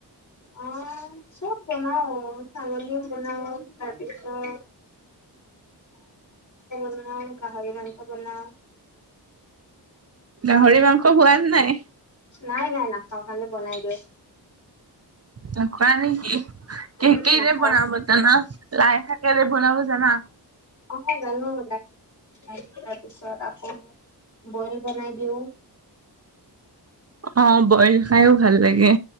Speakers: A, on the left (about 45°); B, on the right (about 35°).
A: অ', চব বনাও ছাগলীও বনাও তাৰপিছত বনাও গাহৰি মাংস বনাও
B: গাহৰি মাংস খোৱা নে নাই?
A: নাই, নাই নাখাওঁ খালি বনাই দিয়ো।
B: নোখোৱা নেকি।
A: উহু,
B: কি কিৰে
A: নাখাওঁ
B: বনাব জানা লাই শাকেৰে বনাব জানা।
A: অ', জানো লাই তাৰপিছত আকৌ বইল বনাই দিওঁ।
B: অ', বইল খাইও ভাল লাগে।